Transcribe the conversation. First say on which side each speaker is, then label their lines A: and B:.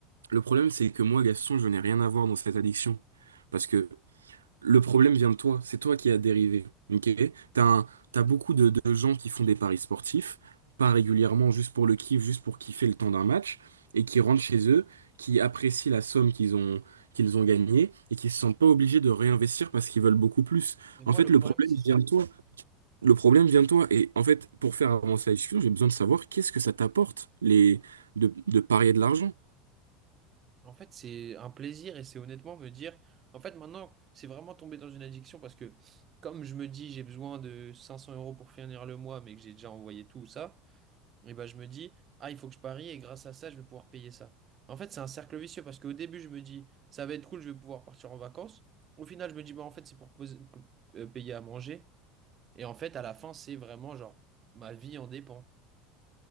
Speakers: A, on the right; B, on the right.
A: Le problème, c'est que moi, Gaston, je n'ai rien à voir dans cette addiction. Parce que Le problème vient de toi, c'est toi qui as dérivé. Ok? T'as un- t'as beaucoup de, de gens qui font des paris sportifs, pas régulièrement, juste pour le kiff, juste pour kiffer le temps d'un match, et qui rentrent chez eux, qui apprécient la somme qu'ils ont, qu'ils ont gagnée, et qui se sentent pas obligés de réinvestir parce qu'ils veulent beaucoup plus.
B: Mais moi,
A: En fait,
B: le
A: le
B: problème,
A: problème
B: c'est ça.
A: vient de toi. Le problème vient de toi. Et en fait, pour faire avancer la discussion, j'ai besoin de savoir qu'est-ce que ça t'apporte les, de, de parier de l'argent.
B: En fait, c'est un plaisir et c'est honnêtement me dire, en fait, maintenant, c'est vraiment tombé dans une addiction parce que, comme je me dis, j'ai besoin de 500 euros pour finir le mois, mais que j'ai déjà envoyé tout ça, et ben, je me dis, ah, il faut que je parie et grâce à ça, je vais pouvoir payer ça. En fait, c'est un cercle vicieux parce qu'au début, je me dis, ça va être cool, je vais pouvoir partir en vacances. Au final, je me dis, bah, en fait, c'est pour poser- euh, payer à manger. Et en fait, à la fin, c'est vraiment genre, ma vie en dépend.